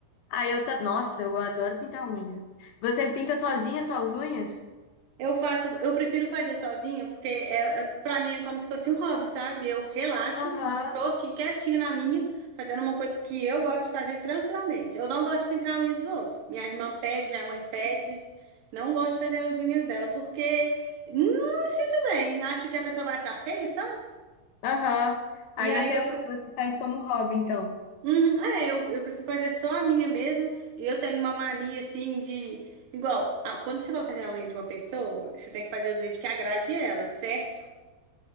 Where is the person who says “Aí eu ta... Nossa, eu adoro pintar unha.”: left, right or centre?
Left